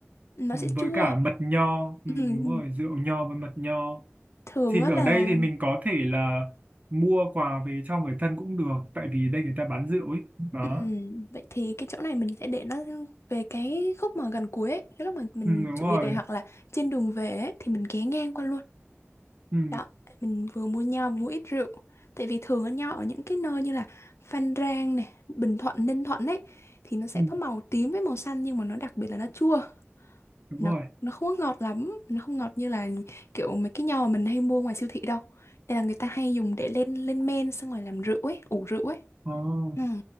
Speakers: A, on the left; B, on the right.
A: Nó
B: Ừ,
A: sẽ
B: với
A: chua.
B: cả mật nho ừ,
A: Ừm,
B: đúng rồi rượu nho với mật nho
A: thường
B: thì
A: á
B: ở
A: là
B: đây thì mình có thể là mua quà về cho người thân cũng được tại vì
A: Ừ.
B: đây người ta bán rượu ấy đó
A: Ừ, Vậy thì cái chỗ này mình sẽ để nó về cái khúc mà gần cuối ấy. Cái lúc mà mình
B: ừ, đúng
A: chuẩn
B: rồi
A: bị về hoặc là trên đường về ấy, thì mình ghé ngang qua luôn.
B: ừ,
A: Đó, mình vừa mua nho vừa mua ít rượu. Tại vì thường ở nho ở những cái nơi như là Phan Rang này, Bình Thuận, Ninh Thuận ấy thì nó sẽ
B: ừ,
A: có màu tím với màu xanh nhưng mà nó đặc biệt là nó chua.
B: đúng
A: Nó
B: rồi
A: nó không có ngọt lắm, nó không ngọt như là kiểu mấy cái nho mà mình hay mua ngoài siêu thị đâu. Nên là người ta hay dùng để lên lên men xong rồi làm rượu ấy, ủ rượu ấy.
B: oh,
A: Ừ.